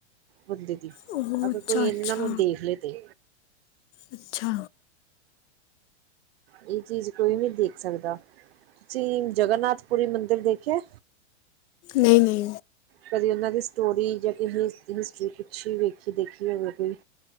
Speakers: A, on the right; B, on the left.
A: ਬੰਦੇ ਦੀ
B: ਉਹ
A: ਅਗਰ
B: ਅੱਛਾ
A: ਕੋਈ ਇਹਨਾਂ
B: ਅੱਛਾ
A: ਨੂੰ ਦੇਖ ਲੈ ਤੇ
B: ਅੱਛਾ
A: ਇਹ ਚੀਜ਼ ਕੋਈ ਨੀ ਦੇਖ ਸਕਦਾ ਤੁਸੀਂ ਜਗਨਾਥਪੁਰੀ ਮੰਦਿਰ ਦੇਖਿਆ
B: ਨਹੀਂ
A: ਕਦੇ ਉਹਨਾਂ ਦੀ ਸਟੋਰੀ ਜਾਂ ਕਿਸ ਹਿਸਟਰੀ ਪੁਛੀ ਵੇਖੀ ਦੇਖੀ ਹੋਵੇ ਕੋਈ